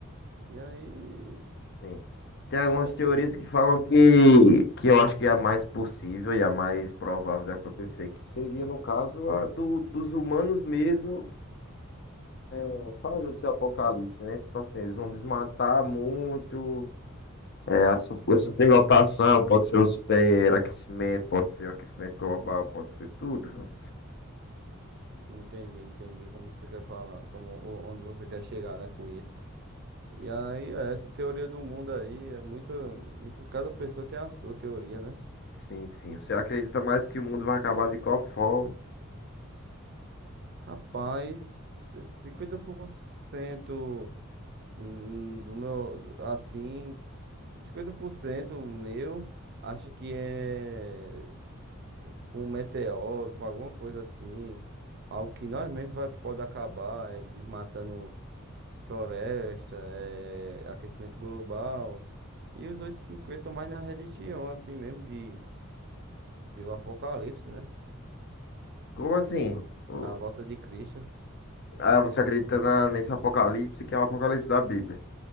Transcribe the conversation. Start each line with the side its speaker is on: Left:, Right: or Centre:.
Right: E aí
Left: Sim. Tem algumas
Right: é uma
Left: teorias
Right: coisa que...
Left: que falam que, que eu acho que é a mais possível e a mais provável de acontecer, que seria, no caso, a do, dos humanos mesmo é, fazer o seu apocalipse, né? Tipo assim, eles vão desmatar muito, é, a, su- a superlotação, pode ser o superaquecimento, pode ser o aquecimento global, pode ser tudo.
Right: Entendi, entendi como você quer falar, como o- onde você quer chegar, né, com isso. E aí, é, essa teoria do mundo aí é muito, muito, cada pessoa tem a sua teoria, né?
Left: Sim, sim. Você acredita mais que o mundo vai acabar de qual forma?
Right: Rapaz, 50% hum, do meu, assim, 50% meu, acho que é com um meteoro, com alguma coisa assim. Algo que nós mesmos vai, pode acabar, é de- matando f- floresta, é aquecimento global. E os 8,50 mais na religião, assim mesmo, de, de o Apocalipse, né?
Left: Como assim? O-
Right: A volta de Cristo.
Left: Ah, você acredita na- nesse apocalipse que é o apocalipse da Bíblia?